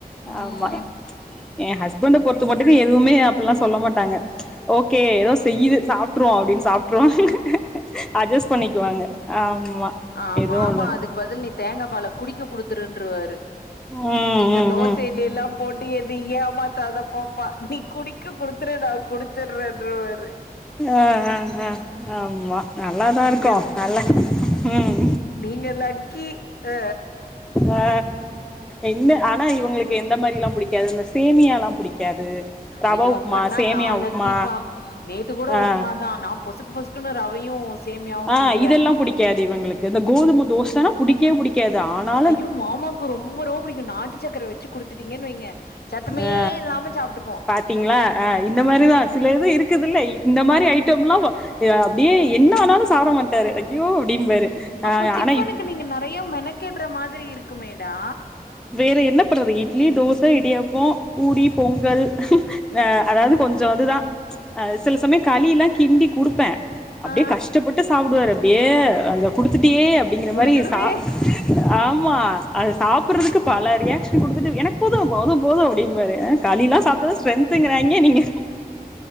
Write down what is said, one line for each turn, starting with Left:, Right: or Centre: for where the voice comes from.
Left: ம்
Centre: ஆமா எ ஹஸ்பண்ட பொறுத்த மட்டுக்கு எதுவுமே அப்பில்லா சொல்ல மாட்டாங்க ஓகே ஏதோ செய்யுது சாப்ட்ருவோ அப்டின்னு சாப்ட்ருவாங்க அட்ஜஸ்ட்
Left: ம்
Centre: பண்ணிக்குவாங்க ஆமா
Left: ஆமா
Centre: எதுவு அதெல்
Left: <unintelligible> பதில் நீ தேங்கா பால குடிக்க குடுத்துருன்ருவாரு
Centre: ம்
Left: நீ இந்த
Centre: ம்
Left: தோசையில
Centre: ம்
Left: எல்லா போட்டு எது ஏமாத்ததா பாப்பா நீ குடிக்க குடுத்துரு நா குடுச்சிடுறேன்ருவாரு
Centre: ஆ ஆ ஆ ஆமா நல்லாதா
Left: நீங்கள்
Centre: இருக்கு
Left: நீங்க
Centre: நல்லா ம்
Left: நீங்க லக்கி அ
Centre: ஆ என்ன ஆனா இவுங்களுக்கு எந்த மாரியெல்லா புடிக்காது இந்த சேமியாலலா புடிக்காது ரவா
Left: ஐயோ
Centre: உப்மா
Left: அப்பனா
Centre: சேமியா
Left: நா லக்கிப்பா
Centre: உப்மா
Left: நேத்து கூட
Centre: ஆ
Left: உப்மாதா நா பொசுக்கு பொசுக்குன்னு ரவையு சேமியாவு
Centre: ஆ
Left: கிண்டுவே
Centre: இதெல்லா புடிக்காது இவுங்களுக்கு இந்த கோதும தோசைன்னா புடிக்கவே புடிக்காது ஆனா
Left: ஐயோ மாமாக்கு ரொம்ப ரொம்ப புடிக்கு நாட்டு சக்கர வச்சு குடுத்துட்டீங்கன்னு வைங்க சத்தமே
Centre: ஆ
Left: இல்லாம சாப்ட்டுக்கு
Centre: பாத்தீங்களா ஆ இந்த மாரிதா சில இது இருக்குதுல்ல இந்த மாதிரி ஐட்டம்லா எ அப்டியே என்ன ஆனாலு சாப்ட மாட்டாரு ஐயோ அப்டிம்பாரு ஆ
Left: அப்போ டிஃபனுக்கு
Centre: ஆனா இப்
Left: நீங்க நெறையா மெனக்கிடுற மாதிரி இருக்குமேடா
Centre: வேற என்ன பண்றது இட்லி தோச இடியாப்போ பூரி பொங்கல் அ அதாவது கொஞ்சொ அதுதா அ சில சமயொ கலிலா கிண்டி குடுப்பே அப்டியே
Left: ஆ
Centre: கஷ்டப்பட்டு சாப்டுவாரு அப்டியே அத குடுத்துட்டீயே அப்டிங்கிற
Left: முழுகணுமே
Centre: மாரி சா ஆமா அத சாப்புருதுக்கு பல ரியாக்ஷன் குடுத்துட்டு எனக்கு போது போது போது அப்டிம்பாரு ஆ கலிலா சாப்ட்டாதா ஸ்ட்ரென்த்ங்கிறாய்ங்கே நீங்க